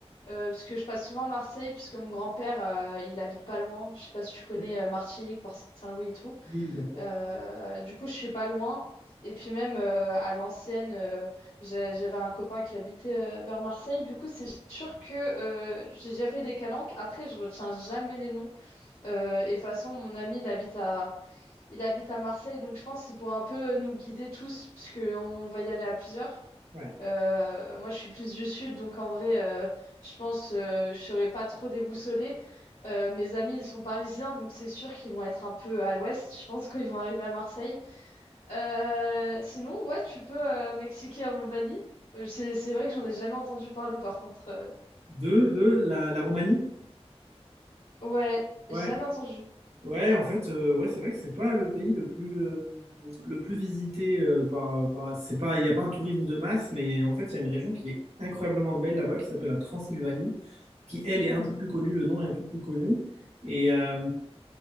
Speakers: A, on the left; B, on the right.
A: euh, parce que je passe souvent Marseille, puisque mon grand-père, euh, il habite pas loin. Je sais pas si tu connais
B: Ouais,
A: euh, Martigues, Port-Saint-Louis et tout.
B: Oui, bien sûr.
A: Euh, du coup, je suis pas loin. Et puis même euh, à l'ancienne, euh, j'a- j'avais un copain qui habitait euh, vers Marseille. Du coup, c'est sûr que euh, j'ai déjà fait des calanques. Après, je retiens jamais les noms. Euh, et de toute façon, mon ami, il habite à, il habite à Marseille, donc je pense qu'il pourra un peu nous guider tous, parce que on va y aller à plusieurs.
B: Ouais.
A: Euh, moi, je suis plus du sud, donc en vrai, euh, je pense euh, je serai pas trop déboussolée. Euh, mes amis, ils sont parisiens, donc c'est sûr qu'ils vont être un peu à l'ouest. Je pense qu'ils vont arriver à Marseille. Euh, sinon, ouais, tu peux euh, Mexique et Roumanie. Euh, C'est c'est vrai que j'en ai jamais entendu parler par contre. euh.
B: De, de la, la Roumanie?
A: Ouais,
B: Ouais.
A: jamais entendu.
B: Ouais, en fait, euh, ouais, c'est vrai que c'est pas le pays le plus euh, le plus visité euh, par par c'est pas il y a pas un tourisme de masse, mais en fait il y a une région qui est incroyablement belle là-bas qui s'appelle la Transylvanie, qui elle est un peu plus connue, le nom est un peu plus connu et euh,